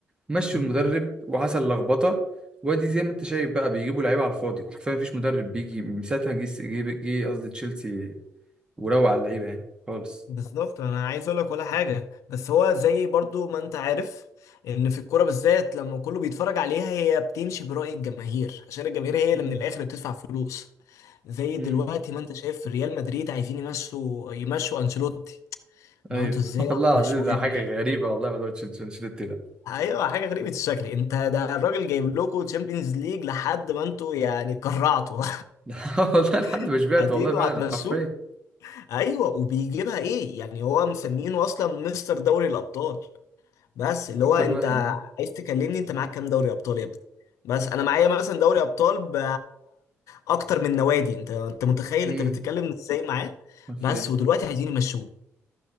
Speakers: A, on the right; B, on the left.
A: مشوا
B: مم.
A: المدرب وحصل لخبطه وادي زي ما انت شايف بقى بيجيبوا لعيبه على الفاضي وحرفيا مفيش مدرب بيجي من ساعتها جه جه جه قصدي تشيلسي وروق على اللعيبه يعني خالص
B: بالظبط انا عايز اقول لك ولا حاجه بس هو زي برضو ما انت عارف ان في الكوره بالذات لما كله بيتفرج عليها هي بتمشي برأي الجماهير عشان الجماهير هي
A: مم.
B: اللي من الاخر بتدفع فلوس زي
A: مم.
B: دلوقتي ما انت شايف في ريال مدريد عايزين يمشوا يمشوا انشيلوتي لو
A: ايوه
B: انتوا ازاي
A: <laughs> والله
B: هتمشوه
A: العظيم ده
B: يا
A: حاجه
B: جماعه
A: غريبه والله ما دوتش انشيلوتي ده
B: ايوه حاجه غريبه الشكل انت ده الراجل جايب لكم تشامبيونز ليج لحد ما انتوا يعني كرعتوا
A: <laughs> والله لحد
B: <laughs>
A: ما شبعت
B: هتيجوا
A: والله فعلا
B: هتمشوه
A: حرفيا
B: ايوه وبيجيبها ايه يعني هو مسمينه اصلا مستر دوري الابطال بس اللي
A: اكتر
B: هو انت
A: واحد ها
B: عايز تكلمني انت معاك كام دوري ابطال يا ابني بس انا معايا مثلا دوري ابطال ب اكتر من نوادي انت انت متخيل
A: امم
B: انت بتتكلم ازاي معاه
A: حرفيا
B: بس ودلوقتي عايزين يمشوه